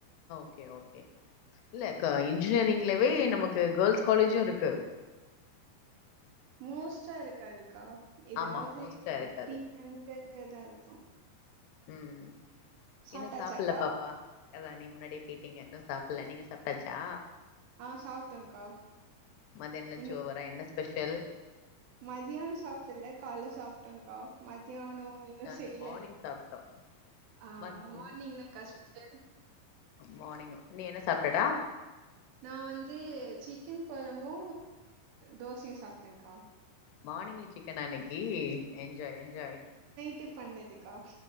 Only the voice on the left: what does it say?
ஓகே ஓகே இல்ல க இன்ஜினியரிங்லவே நமக்கு கேர்ள்ஸ் காலேஜு இருக்கு
ஆமா மோஸ்ட்டா
இருக்காது
உம்
இன்னு சாப்புல்ல பாப்பா அதா நீ முன்னாடியே கேட்டீங்க இன்னு சாப் இல்ல நீங்க சாப்ட்டாச்சா
மதியான லன்ச்
ஓவரா என்ன ஸ்பெஷல்
நாங்க
மார்னிங் சாப்ட்டோ
மத்
மார்னிங் நீ என்ன சாப்டடா
மார்னிங்கே சிக்கனா இன்னக்கி என்ஜாய் என்ஜாய்